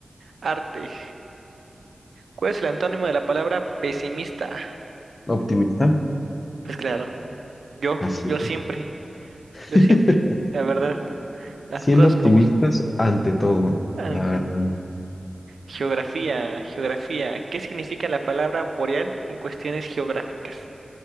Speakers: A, on the right; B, on the left.
A: Arte. ¿Cuál es el antónimo de la palabra pesimista?
B: ¿Optimista?
A: Pues claro, yo,
B: Así
A: yo siempre, yo
B: es.
A: siempre,
B: <laughs>
A: la verdad. Las
B: Siendo
A: cosas
B: optimistas
A: como son.
B: ante todo,
A: Ant-
B: la verdad.
A: Geografía, geografía. ¿Qué significa la palabra boreal en cuestiones geográficas?